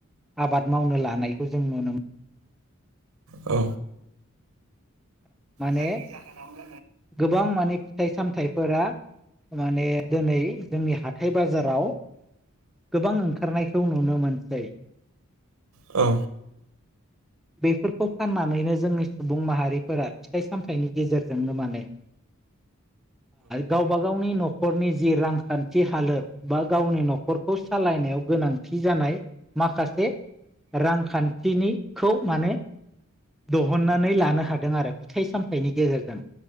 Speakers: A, in the centre; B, on the right (about 85°).
A: आबाद मावनो लानायखौ जों नुनो मोनो।
B: औ
A: माने
B: जायनि जाहोनावनो
A: गोबां माने फिथाइ सामथाइफोरा माने दिनै जोंनि हाथाय बाजाराव गोबां ओंखारनायखौ नुनो मोनसै।
B: औ
A: बेफोरखौ फाननानैनो जोंनि सुबुं माहारि फोरा फिथाइ सामथाइनि गेजेरजोंनो माने गावबा गावनि न'खरनि जि रांखान्थि हालोद बा गावनि न'खरखौ सालायनायाव गोनांथि जानाय माखासे रांखान्थिनिखौ माने दिहुननानै लानो हा- दों आरो फिथाइ सामथाइनि गेजेरजों